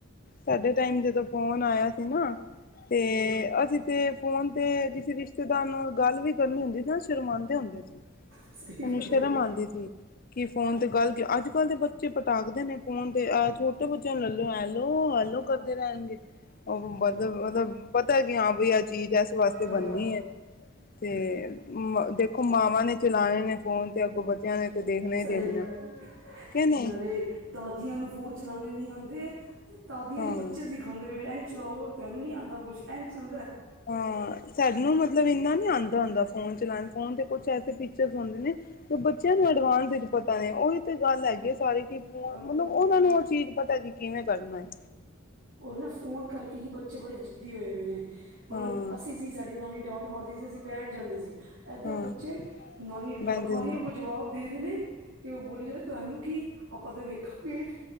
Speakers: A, on the left (about 45°); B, on the right (about 70°).
A: ਸਾਡੇ ਟਾਈਮ ਜਦੋਂ ਫੋਨ ਆਇਆ ਸੀ ਨਾ। ਤੇ
B: ਹੂੰ
A: ਅਸੀਂ। ਤੇ ਫੋਨ ਤੇ ਕਿਸੇ ਰਿਸ਼ਤੇਦਾਰ ਨਾਲ਼ ਗੱਲ ਵੀ ਕਰਨੀ ਹੁੰਦੀ ਸੀ ਨਾ ਸ਼ਰਮਾਉਦੇ ਹੁੰਦੇ ਸੀ।
B: ਸਹੀ
A: ਮੈਨੂੰ
B: ਗੱਲ
A: ਸ਼ਰਮ
B: ਏ।
A: ਆਉਂਦੀ ਸੀ। ਕਿ ਫੋਨ ਤੇ ਗੱਲ ਕੀ ਅੱਜ ਕੱਲ੍ਹ ਦੇ ਬੱਚੇ ਪਟਾਕਦੇ ਨੇ ਫੋਨ ਤੇ ਅ ਛੋਟੇ ਬੱਚਿਆਂ ਨੂੰ ਲੈਲੋ ਹੈਲੋ ਹੈਲੋ। ਕਰਦੇ ਰਹਿਣਗੇ ਉਹ ਮਤਲਬ ਮਤਲਬ ਪਤਾ ਕਿ ਹਾਂ ਬਈ ਅੱਜ। ਚੀਜ਼ ਇਸ ਵਾਸਤੇ
B: ਹਾਂ
A: ਬਣਨੀ ਹੈ। ਤੇ ਦੇਖੋ ਮਾਵਾਂ ਨੇ ਚਲਾਏ ਨੇ ਫੋਨ ਤੇ ਅੱਗੋਂ ਬੱਚਿਆਂ। ਨੇ ਤੇ ਦੇਖਣਾ
B: ਸਹੀ
A: ਹੀ ਦੇਖਣਾ।
B: ਗੱਲ ਹੈ
A: ਕਿ ਨਹੀਂ
B: ਨਾਲੇ। ਦਾਦੀਆਂ ਨੂੰ ਫੋਨ ਚਲਾਉਣੇ ਨਹੀਂ ਆਉਂਦੇ ਤੇ। ਦਾਦੀਆਂ
A: ਹਾਂ।
B: ਨੂੰ ਬੱਚੇ ਸਿਖਾਉਂਦੇ ਫਿਰ ਐਨ ਚਲਾਓ ਤੈਨੂੰ ਨੀ ਆਉਂਦਾ ਕੁਛ ਇੰਝ ਚੱਲਦਾ।
A: ਹਾਂ ਸਾਨੂੰ ਮਤਲਬ ਇੰਨਾ ਨੀ ਆਉਂਦਾ ਹੁੰਦਾ ਫੋਨ ਚਲਾਉਣ ਫੋਨ ਤੇ ਕੁਛ ਐਸੇ ਫੀਚਰ ਹੁੰਦੇ ਨੇ। ਤੇ ਬੱਚਿਆਂ ਨੂੰ ਐਡਵਾਂਸ ਵਿੱਚ ਪਤਾ ਨੇ ਉਹੀ। ਇਹ ਤੇ ਗੱਲ ਹੈਗੀ ਸਾਰੀ ਕਿ ਫੋਨ
B: ਆਹ
A: ਮਤਲਬ ਉਹਨਾਂ ਨੂੰ ਉਹ ਚੀਜ਼ ਪਤਾ ਕਿ ਕਿਵੇਂ ਕਰਨਾ ਹੈ।
B: ਹੁਣ ਨਾ ਫੋਨ ਕਰਕੇ ਹੀ ਬੱਚੇ ਬੜੇ ਜਿੱਦੀ ਹੋਏ ਪਏ ਨੇ ਹੁਣ
A: ਹਾਂ
B: ਅਸੀਂ। ਜੇ ਸਾਡੀ ਨਾਨੀ ਡਾਟ ਮਾਰਦੀ ਸੀ। ਅਸੀਂ ਬੈਠ ਜਾਂਦੇ ਸੀ। ਏੱਧਰ
A: ਹਾਂ
B: ਬੱਚੇ ਨਾਨੀ
A: ਬਣਦੇ
B: ਡਾਟ ਮਾਰੀ
A: ਨੇ
B: ਹੈ। ਅੱਗੋਂ ਜਵਾਬ। ਦੇ ਰਹੇ ਨੇ ਕਿ ਉਹ ਬੋਲੀ ਜਾਦੇ ਤੁਹਾਨੂੰ ਕੀ ਆਪਾਂ ਤੇ ਵੇਖਾਂਗੇ।